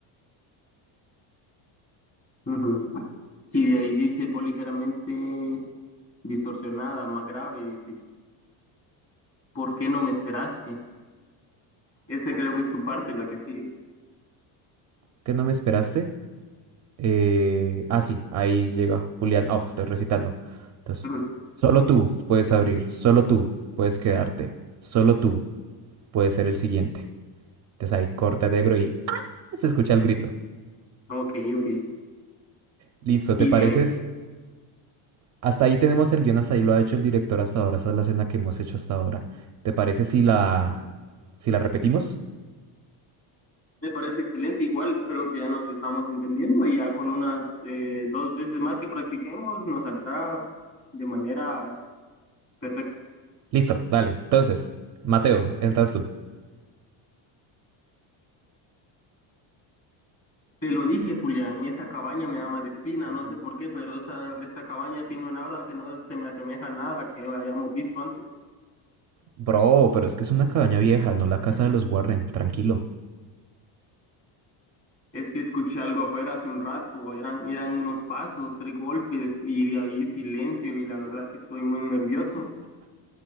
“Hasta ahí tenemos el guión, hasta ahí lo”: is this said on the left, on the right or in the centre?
Right